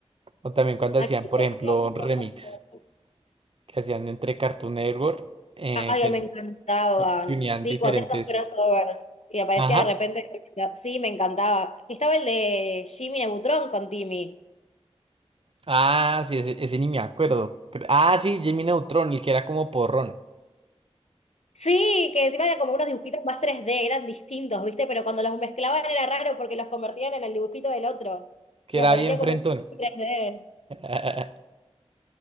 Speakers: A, on the right; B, on the left.
A: O también cuando
B: Aquí
A: hacían, por
B: <laughs> ponía
A: ejemplo,
B: mi
A: remix
B: trofeo.
A: que hacían entre Cartoon Network, eh,
B: Ay,
A: que
B: me encantaban.
A: que unían
B: Sí,
A: diferentes.
B: cuando hacía esos crossover y aparecía
A: Ajá.
B: de repente. Sí, me encantaba. Estaba el de Jimmy Neutron con Timmy.
A: Ah, sí, ese, ese ni me acuerdo. Cre- Ah, sí, Jimmy Neutron, el que era como porrón,
B: Sí, que encima eran como unos dibujitos más 3D, eran distintos, ¿viste? Pero cuando los mezclaban era raro porque los convertían en el dibujito del otro.
A: que
B: Y
A: era
B: aparecía
A: bien frentón.
B: como un 3D.
A: <laughs>